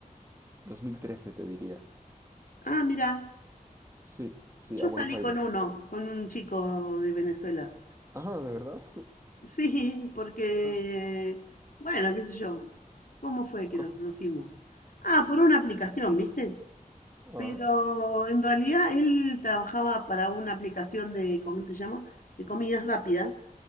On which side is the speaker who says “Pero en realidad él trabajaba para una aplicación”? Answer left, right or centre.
Left